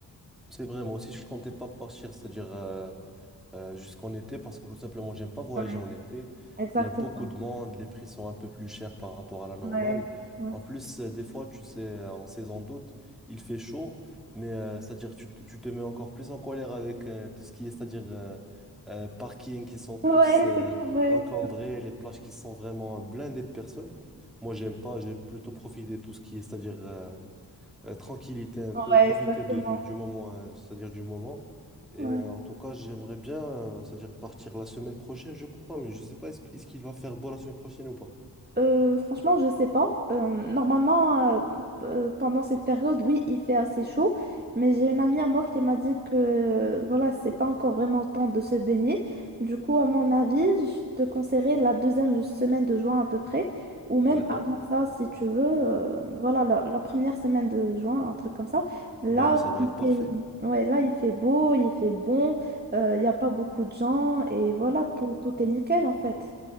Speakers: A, in the centre; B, on the right (about 25°).
A: c'est vrai, moi aussi, je comptais pas partir, c'est-à-dire... euh, euh, jusqu'en été parce que tout simplement, j'aime pas voyager
B: Ouais.
A: en été.
B: exactement
A: Il y a beaucoup de monde, les prix sont un peu plus chers par rapport à la normale.
B: ouais ouais
A: En plus, euh, des fois, tu sais, euh, en saison d'août, il fait chaud, mais euh, c'est-à-dire tu, te tu te mets encore plus en colère avec euh, tout ce qui est, c'est-à-dire euh, euh, parking qui sont tous
B: ouais
A: euh,
B: <laughs> c'est trop vrai
A: encombrés, les plages qui sont vraiment blindées de personnes. Moi, j'aime pas, j'aime plutôt profiter de tout ce qui est, c'est-à-dire euh, euh, tranquillité un
B: ouais
A: peu, profiter
B: exactement
A: de, du moment, euh, c'est-à-dire du moment. Et
B: ouais
A: euh, en tout cas, j'aimerais bien, euh, c'est-à-dire partir la semaine prochaine, je crois, mais je ne sais pas, est-ce, qu- est-ce qu'il va faire beau la semaine prochaine ou pas?
B: Euh, franchement, je sais pas. Euh, normalement, euh, euh, pendant cette période, oui, il fait assez chaud. Mais j'ai une amie à moi qui m'a dit que euh, voilà, c'est pas encore vraiment le temps de se baigner. Du coup, à mon avis, je te conseillerais la deuxième semaine de juin à peu près, ou même
A: D'accord.
B: avant ça, si tu veux. euh, voilà, la, la première semaine de juin, un truc comme ça. Là,
A: Bah, ça va
B: il
A: être parfait.
B: fait, ouais, là, il fait beau, il fait bon, Euh, il n'y a pas beaucoup de gens, et voilà, tout, tout est nickel en fait.